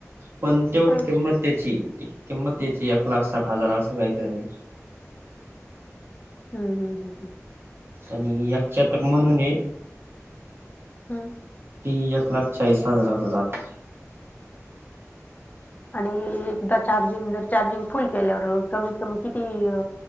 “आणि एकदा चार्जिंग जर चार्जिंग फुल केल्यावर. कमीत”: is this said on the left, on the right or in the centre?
Left